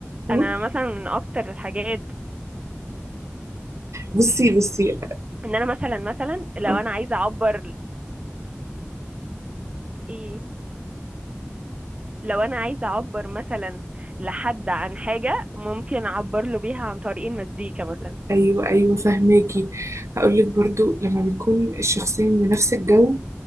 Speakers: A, on the right; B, on the right.
A: أهو.
B: انا مثلا من اكتر الحاجات
A: بصي بصي
B: ان انا مثلا مثلا لو
A: أه،
B: انا عايزة اعبر ايه لو انا عايزه اعبر مثلا لحد عن حاجه ممكن اعبر له بيها عن طريق المزيكا مثلا
A: أيوة أيوة فهماكي هقولك برضو لما بيكون الشخصين من نفس الجو